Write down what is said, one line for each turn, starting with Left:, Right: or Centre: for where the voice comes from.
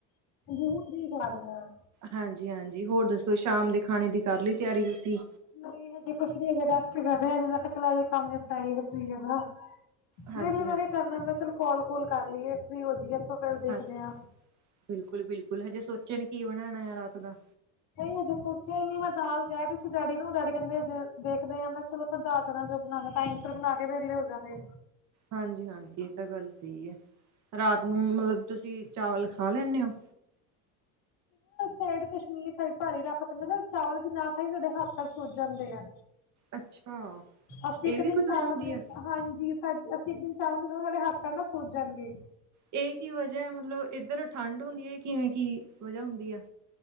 Left: ਹਾਂਜੀ ਹੁਣ ਠੀਕ ਆ ਰਹੀ ਹੈ
Right: ਹਾਂਜੀ ਹਾਂਜੀ ਹੋਰ ਦੱਸੋ ਸ਼ਾਮ ਦੇ? ਖਾਣੇ ਦੀ ਕਰ ਲਈ ਤਿਆਰੀ ਕੀਤੀ?
Left: ਨਹੀਂ ਹਜੇ ਕੁਛ ਨਹੀਂ ਕਰਿਆ ਰੈਸਟ ਕਰ ਰਹੀ ਹਾਂ ਮੈਂ ਕਿਹਾ ਚਲਾਈ ਕੰਮ ਨਿਪਟਾਈਏ ਰਸੋਈ ਵਾਲਾ।
Right: ਹਾਂਜੀ
Left: ਮੇਰੇ ਲਈ ਮੈਂ
Right: ਹਾਂ
Left: ਕਿਹਾ ਕਰਨਾ ਮੈਂ ਚਲੋ ਕੋਲ। ਕੋਲ ਕਰ ਲਈਏ ਫਰੀ ਹੋ ਜਾਈਏ। ਇੱਥੋਂ ਫਿਰ ਦੇਖਦੇ
Right: ਹਾਂਜੀ
Left: ਹਾਂ
Right: ਬਿਲਕੁਲ ਬਿਲਕੁਲ ਹਜੇ ਸੋਚ। ਸੋਚਿਆ ਨਹੀਂ ਕੀ ਬਣਾਉਣਾ ਹੈ ਰਾਤ ਦਾ।
Left: ਨਹੀਂ ਹਜੇ ਸੋਚਿਆ ਹੀ ਨਹੀਂ ਮੈਂ ਦਾਲ ਕਹਿ ਰਹੀ ਸੀ ਡੈਡੀ ਨੂੰ ਡੈਡੀ ਕਹਿੰਦੇ ਹਜੇ ਦੇਖਦੇ ਆ ਮੈਂ ਚਲੋ ਫਿਰ ਦਾਲ ਫਿਰ ਦੇਣਾ ਜੋ ਬਣਾਣਾ ਟਾਈਮ ਸਿਰ ਬਣਾ ਕੇ ਵੇਹਲੇ ਹੋਜਗੇ।
Right: ਹਾਂਜੀ ਹਾਂਜੀ ਇਹ ਤਾਂ ਗੱਲ ਸਹੀ ਹੈ ਰਾਤ ਨੂੰ ਮਤਲਬ ਤੁਸੀਂ ਚਾਵਲ ਖਾ ਲੈਂਦੇ ਹੋ?
Left: ਸਾਈਡ ਕਸ਼ਮੀਰ ਸਡ ਪਹਾਰੀ ਇਲਾਕਾ ਪਦਾ ਨਾ ਚਾਵਲ ਅਸੀਂ ਨਾ ਖਾਈ ਸਾਡੇ ਹੱਥ ਪੈਰ ਸੋਝੀ ਜਾਂਦੇ ਆ
Right: ਅੱਛਾ,
Left: ਅਸੀਂ
Right: ਇਹ
Left: ਇੱਕ
Right: ਵੀ
Left: ਦਿਨ
Right: ਕੋਈ ਹੋ
Left: ਚਾਵਲ
Right: ਜਾਂਦੀ
Left: ਮ
Right: ਆ?
Left: ਹਾਂਜੀ ਸਾ ਅਸੀਂ ਇੱਕ ਦਿਨ ਚਾਵਲ ਸਾਡੇ ਹੱਥਾਂ ਨਾਲ ਫੂਜ ਜਾਣਗੇ
Right: ਇਹ ਕੀ ਵਜਾ ਹੈ ਮਤਲਬ ਇੱਧਰ ਠੰਢ ਹੁੰਦੀ ਹੈ ਕਿਵੇਂ ਕੀ ਵਜਾ ਹੁੰਦੀ ਆ